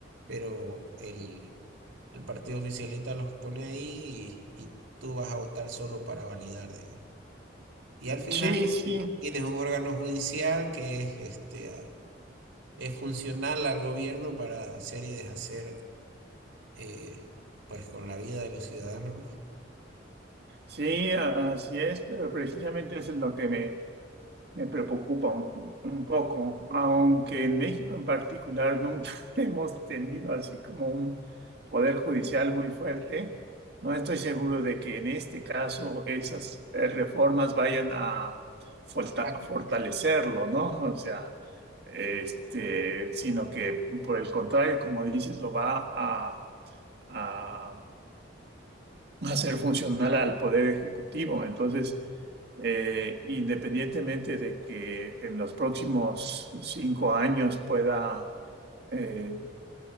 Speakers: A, on the right; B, on the right.
A: pero el, el partido oficialista los pone ahí y, y tú vas a votar solo para validar, digamos. Y al final
B: sí, sí.
A: eh, tienes un órgano judicial que es, este, a- es funcional al gobierno para hacer y deshacer eh, pues con la vida de los ciudadanos, ¿no?
B: Sí, a- así es, pero precisamente eso es lo que me, me preocupa un, un poco, aunque en México en particular nunca <laughs> hemos tenido así como un poder judicial muy fuerte, no estoy seguro de que en este caso esas eh, reformas vayan a forta-
A: Ac-
B: fortalecerlo, ¿no? O sea, este, sino que por el contrario, como dices, lo va a, a ser funcional al poder ejecutivo. Entonces, eh, independientemente de que en los próximos cinco años pueda eh,